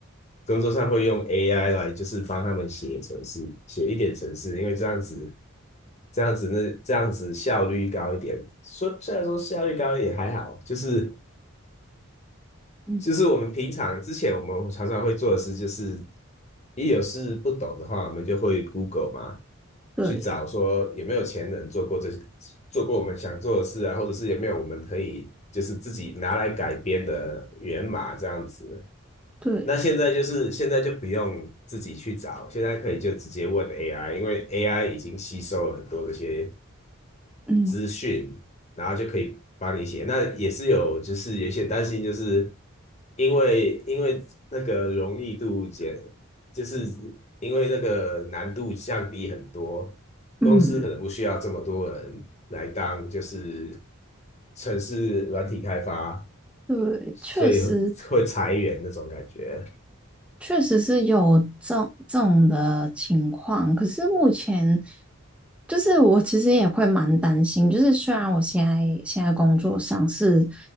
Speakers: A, on the left; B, in the centre.
A: 工作上会用 AI 来，就是帮他们写程式，写一点程式，因为这样子，这样子那这样子效率高一点。说虽然说效率高也还好，就是
B: 嗯，
A: 就是我们平常之前我们常常会做的事，就是一有事不懂的话，我们就会 Google 嘛，
B: 对
A: 去找说有没有前人做过这些，做过我们想做的事啊，或者是有没有我们可以就是自己拿来改编的源码这样子。
B: 对，
A: 那现在就是现在就不用自己去找，现在可以就直接问 AI，因为 AI 已经吸收了很多这些
B: 嗯
A: 资讯，然后就可以帮你写。那也是有，就是有一些担心，就是因为因为那个容易度减，就是因为那个难度降低很多，
B: 嗯，
A: 公司可能不需要这么多人来当，就是城市软体开发，
B: 对，
A: 所以会裁员那种感觉。
B: 确实，确实是有这这种的情况，可是目前就是我其实也会蛮担心，就是虽然我现在现在工作上是